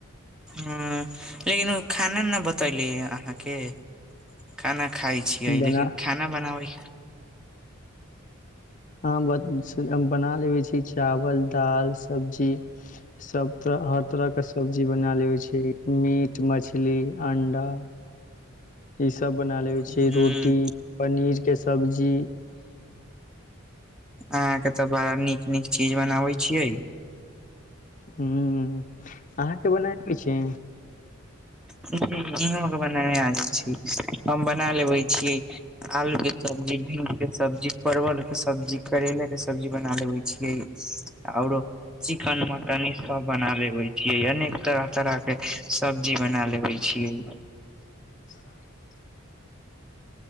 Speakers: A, in the centre; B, on the left.
A: हां लेकिन उ खाना ना बतैली अहाँके खाना खाय छियै,
B: बना
A: लेकिन खाना बनाबै
B: हां ब से हम बना लेबै छी चावल, दाल, सब्जी। सब तरह, हर तरह का सब्जी बना लेबै छी मीट, मछली, अंडा। ई सब बना लेबै
A: हूँ,
B: छी रोटी, पनीर के सब्जी।
A: अहाँ के तऽ बड़ा नीक-नीक चीज बनाबे छियै।
B: हुं अहाँके बनाय आबै छी।
A: हुं इहो के बनाय नै आ जाइ
B: <unintelligible>
A: छी हम बना लेबे छी आलू के सब्जी। भिंडी के सब्जी, परवलके सब्जी, करैला के सब्जी बना लबै छियै औरो चिकन, मटन ई सब बना लेबै छिये, अनेक तरह-तरह के सब्जी बना ले बै छीये।
B: <unintelligible>